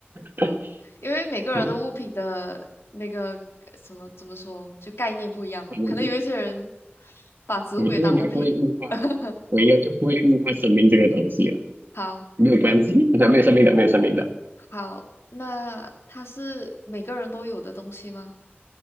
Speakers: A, on the left (about 80°); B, on the right (about 55°).
A: 好，
B: <laughs>
A: 因为每个人的物品的那个什么怎么说，
B: 嗯，
A: 就概念不一样嘛，
B: 我就
A: 可能有一些人把植物也当物品。
B: 我就应该不会物化，
A: <laughs>
B: 我应该就不会物化生命这个东西了，
A: 好，
B: 没有关系，对，没有生命的，没有生命的，
A: 好，那它是每个人都有的东西吗？